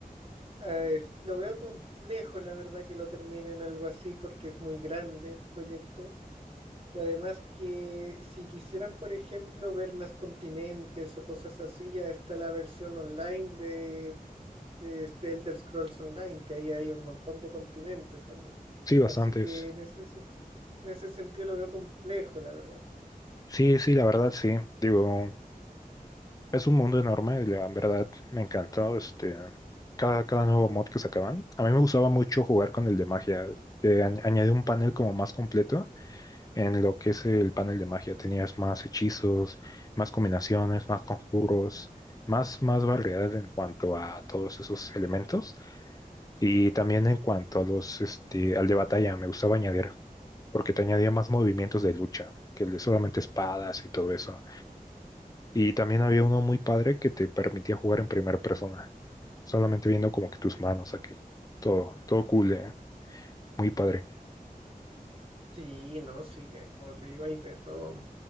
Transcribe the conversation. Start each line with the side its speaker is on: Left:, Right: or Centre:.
Right: Eh, lo veo complejo, la verdad, que lo terminen algo así porque es muy grande el proyecto. Y además que si quisieran, por ejemplo, ver más continentes o cosas así, ya está la versión online de que es de Elder Scrolls Online, que ahí hay un montón de continentes también.
Left: Sí, bastantes.
Right: Así que en ese, sen- en ese sentido lo veo complejo, la verdad.
Left: Sí, sí, la verdad sí. Digo, es un mundo enorme, la verdad me encantó este cada, cada nuevo mod que sacaban. A mí me gustaba mucho jugar con el de magia, que añade un panel como más completo En lo que es el panel de magia tenías más hechizos, más combinaciones, más conjuros, más, más variedad en cuanto a todos esos elementos. Y también en cuanto a los, este, al de batalla, me gustaba añadir, porque te añadía más movimientos de lucha, que el de solamente espadas y todo eso. Y también había uno muy padre que te permitía jugar en primera persona, solamente viendo como que tus manos aquí. Todo, todo cool, eh, Muy padre.
Right: Sí, no, sí, eh, como te digo, hay de todo.